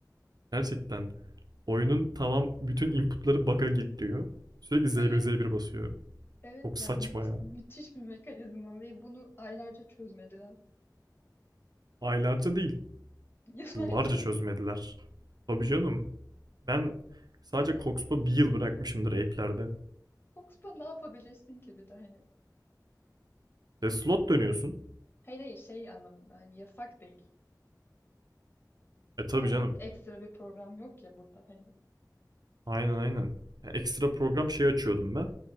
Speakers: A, on the right; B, on the left.
A: Gerçekten oyunun tamam bütün inputları bug'a giriyor. Sürekli Z1
B: Evet.
A: Z1 basıyor.
B: Evet
A: Çok saçma
B: ya müth-
A: ya.
B: müthiş bir mekanizma ve bunu aylarca çözmediler.
A: Aylarca değil
B: <laughs> Yıllarca
A: Yıllarca
B: mı?
A: çözmediler. Tabii canım. Ben sadece Coxpa bir yıl bırakmışımdır app'lerde.
B: Fox'ta ne yapabilirsin ki bir de hani.
A: Ve slot dönüyorsun.
B: Hayır hayır şey anlamında hani yasak değil.
A: E tabii
B: Yani
A: canım.
B: ekstra bir program yok ya burada hani.
A: Aynen aynen. Ya Ekstra program şey açıyordum ben.